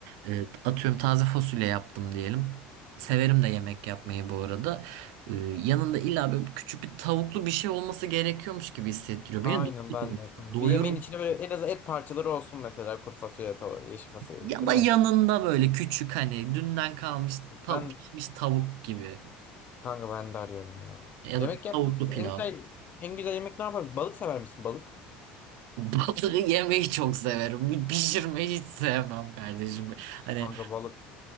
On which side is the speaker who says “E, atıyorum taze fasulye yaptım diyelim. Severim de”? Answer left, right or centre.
Right